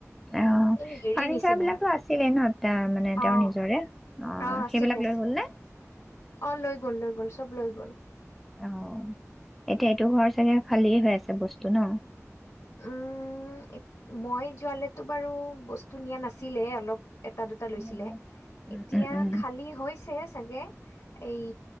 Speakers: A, in the centre; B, on the left.
A: অ,
B: এই হেৰি
A: ফাৰ্নিচাৰ
B: নিচিনা,
A: বিলাকতো আছিলেই ন তে মানে
B: অ',
A: তেঁওৰ নিজৰে?
B: অ, আছিলে
A: সেইবিলাক
B: আছিলে।
A: লৈ গ'ল নে
B: অ', লৈ গ'ল লৈ গ'ল, চব লৈ গ'ল।
A: অ, এতিয়া এইটো ঘৰ চাগে খালিয়েই হৈ আছে বস্তু ন?
B: উম, এত মই যোৱালেতো বাৰু বস্তু নিয়া নাছিলে অলপ এটা দুটা লৈছিলে,
A: উম উম
B: এতিয়া
A: উম উম
B: খালী হৈছে চাগে। এই,